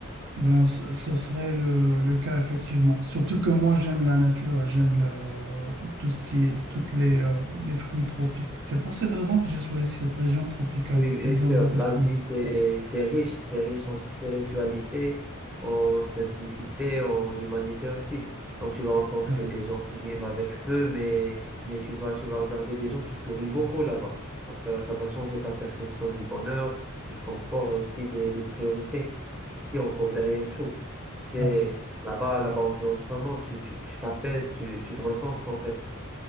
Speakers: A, on the right; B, in the centre.
A: Ben, ce, ce serait le, le cas effectivement. Surtout que moi, j'aime la nature et j'aime le- tout ce qui est, toutes les, euh, les fruits tropiques. C'est pour cette raison que j'ai choisi cette région tropicale,
B: Oui,
A: vu
B: bien
A: qu'ils
B: sûr.
A: ont beaucoup
B: L'Asie,
A: de fruits.
B: c'est, c'est riche, c'est riche en spiritualité, en simplicité, en humanité aussi. Donc, tu vas rencontrer
A: Ben oui,
B: des gens qui vivent avec peu, mais, mais tu vas, tu vas regarder des gens qui sourient beaucoup là-bas. Alors, Ça, ça va changer ta perception du bonheur, du confort et aussi des, des priorités. Parce qu'ici, on court derrière tout. Tu sais,
A: ah, c'est-
B: là-bas, là-bas, on vit autrement. Tu, tu, tu t'apaises, tu, tu te recentres en fait.